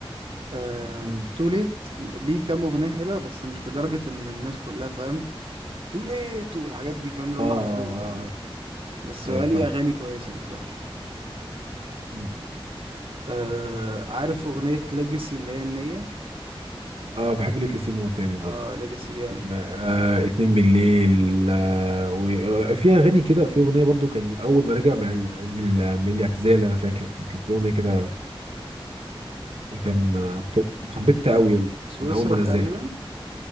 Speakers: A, on the right; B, on the right.
A: آه
B: مم.
A: تو ليت ليه كام اغنيه حلوه بس مش لدرجه ان الناس كلها فاهم تو ليت والحاجات دي فاهم اللي هم
B: اه آه،
A: عملوها يعني
B: آه،
A: بس
B: ايوه
A: هو ليه
B: فاهم
A: اغاني كويسه مش وحشه
B: مم.
A: آه عارف اغنيه ليجاسي اللي هي النيه
B: اه بحب ليك سيمو تاني برضو
A: اه ليجاسي جامد
B: آه اتنين بالليل آه وفي اغاني كده في اغنيه برضو كان اول ما راجع من ال- من, ال- من الاعتزال انا فاكر كان في اغنيه كده كان آه، كنت حبيتها قوي
A: سويسرا
B: من اول ما
A: تقريبا
B: نزلها